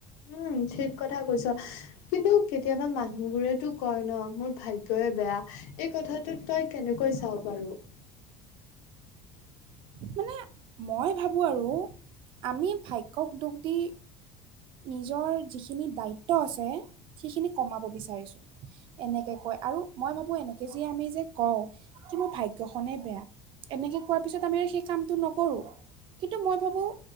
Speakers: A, on the left (about 75°); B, on the right (about 40°).
A: উম, ঠিক কথা কৈছা। কিন্তু কেতিয়াবা মানুহ বোৰেতো কয় ন মোৰ ভাগ্যই বেয়া এই কথাটোত তই কেনেকৈ চাও বাৰু।
B: মানে মই ভাবোঁ আৰু আমি ভাগ্যক দুখ দি নিজৰ যিখিনি দায়িত্ব আছে, সেইখিনি কমাব বিচাৰিছো। এনেকে কয়। আৰু মই ভাবো এনেকে যে আমি যে কওঁ কি মোৰ ভাগ্যখনেই বেয়া। এনেকে কোৱাৰ পিছত আমি আৰু সেই কামটো নকৰো। কিন্তু মই ভাবো